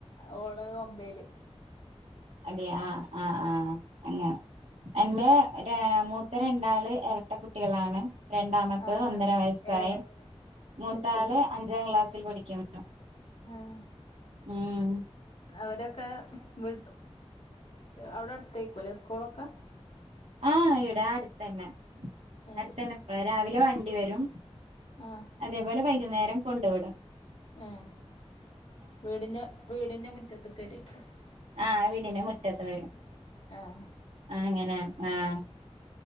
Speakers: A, on the left; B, on the right.
A: ഓള് ഒമ്പേല്
B: അതെ ആഹ് ആഹ് ഹാ അങ്ങനെ എഞ്ഞെ രാ മൂത്ത രണ്ടാള് എരട്ട കുട്ടികളാണ് രണ്ടാമത്തെ
A: ആഹ്
B: ഒന്നര വയസ്സായി
A: ഏഹ്
B: മൂത്താള്
A: അത് ശരി
B: അഞ്ചാം ക്ലാസ്സിൽ പഠിക്കും
A: ആഹ്
B: ഉം
A: അവരൊക്കെ വി അവിടെ അടുത്തേക്കൂല്ലേ സ്കൂളൊക്കെ
B: ആഹ് ഇടാ അടുത്തന്നെ
A: ഏഹ്
B: അടുത്തന്നെ സ് രാവിലെ വണ്ടി വരും
A: ആഹ്
B: അതേപോലെ വൈകുന്നേരം കൊണ്ടു വിടും
A: ഏഹ് വി ടിന്റെ വീടിന്റെ മുറ്റത്ത് ക് വരോയ്ക്കും
B: ആഹ് വീടിന്റെ മുറ്റത്ത് വരും
A: ആഹ്
B: ആ ഹ് അങ്ങനെ ആഹ്